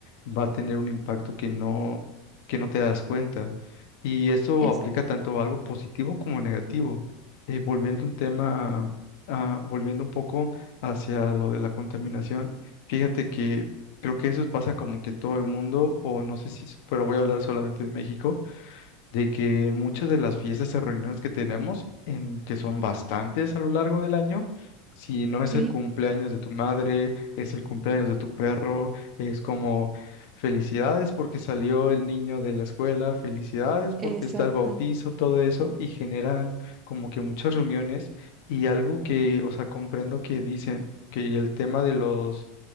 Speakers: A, on the left; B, on the right.
A: va a tener un impacto que no, que no te das cuenta. Y eso
B: exacto.
A: aplica tanto a algo positivo como negativo. Eh, volviendo un tema, ah, volviendo un poco hacia lo de la contaminación, fíjate que creo que eso pasa como que todo el mundo, o no sé si, pero voy a hablar solamente en México de que en muchas de las fiestas y reuniones que tenemos, en que son bastantes a lo largo del año, si no es
B: Sí,
A: el cumpleaños de tu madre, es el cumpleaños de tu perro, es como felicidades porque salió el niño de la escuela, felicidades porque
B: exacto.
A: está el bautizo, todo eso, y generan como que muchas reuniones y algo que, o sea, comprendo que dicen que el tema de los